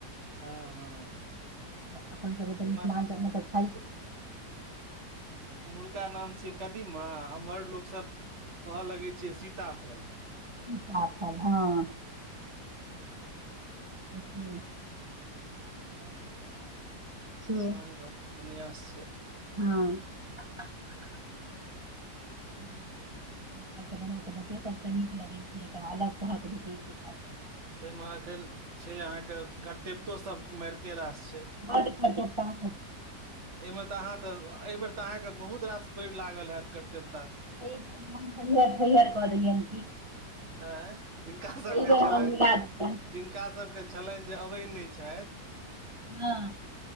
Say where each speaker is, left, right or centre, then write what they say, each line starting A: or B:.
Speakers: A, on the right; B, on the right.
A: हँ हँ
B: अपन सभके तऽ
A: <inaudible>
B: मिथिलाञ्चलमे तऽ खाइए
A: एका नाम छिय कदीमा एम्हर लोक सब कहऽ लगे छै सीताफल
B: सिताफल हँ अछि
A: से
B: छियै
A: गाम घरके विन्यास छै
B: हँ <inaudible> <inaudible> बना तऽ बच्चो सभ के नीक लगैत छै अलग तरहके भेटइ छै
A: ताहिमे एखन छै अहाँके कर्तत्योसभ माइरते रास छै
B: बड्ड करचट्टा सभ
A: एहिमे तऽ अहाँ तऽ एहि बेेर तऽ अहाँकेँ बहुत रास पइड लागल हैत कर्तेवता
B: थयहर थयहर कऽ देलियनि की
A: अए जिनका सबके
B: एहि बेर
A: छलै
B: हम मिला दियैन
A: जिनका सबके छलनि जे अबै नइ छथि
B: हँ